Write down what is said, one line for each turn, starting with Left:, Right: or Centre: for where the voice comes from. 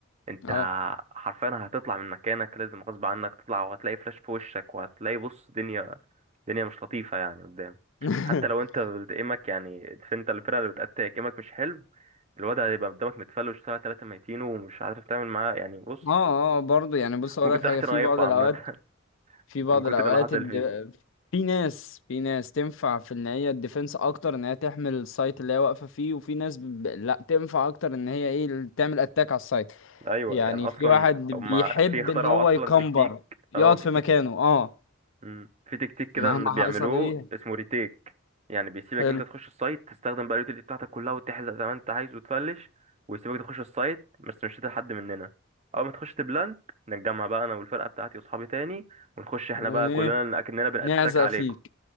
Right: انت
Left: اه
Right: حرفيا هتطلع من مكانك لازم غصب عنك تطلع وهتلاقي فلاش في وشك وهتلاقي بص دنيا دنيا مش لطيفة يعني قدام
Left: <laughs>
Right: حتى لو انت بتقيمك يعني انت الفرقة اللي بتقتلك قيمك مش حلو الواد هيبقى قدامك متفلوش ساعة تلاتة ميتين ومش عارف تعمل معاه يعني بص
Left: اه اه برضه يعني بص اقول
Right: ممكن
Left: لك
Right: تروح
Left: حاجه
Right: تنايفه
Left: في بعض الاوقات
Right: عامة <laughs>
Left: في بعض
Right: من كتر
Left: الاوقات
Right: اللي حصل
Left: الد...
Right: فيه
Left: في ناس في ناس تنفع في ان هي الديفنس اكتر ان هي تحمل السايت اللي هي واقفه فيه وفي ناس ب... لا تنفع اكتر ان هي ايه تعمل اتاك على السايت
Right: أيوة
Left: يعني
Right: يعني أصلا
Left: في واحد بيحب
Right: هما في اخترعوا
Left: ان هو
Right: أصلا
Left: يكمبر
Right: تكتيك
Left: يقعد
Right: اه في
Left: في
Right: تك...
Left: مكانه اه
Right: مم. في تكتيك كده
Left: مهما
Right: إن بيعملوه
Left: حصل ايه
Right: اسمه ريتيك يعني بيسيبك
Left: حلو
Right: أنت تخش السايت تستخدم بقى اليوتيلتي بتاعتك كلها وتحزق زي ما أنت عايز وتفلش ويسيبك تخش السايت بس مش هتلاقي حد مننا أول ما تخش تبلانت نتجمع بقى أنا والفرقة بتاعتي وأصحابي تاني ونخش إحنا
Left: وايه
Right: بقى كلنا أكننا بنأتاك
Left: نعزق
Right: عليكم
Left: فيك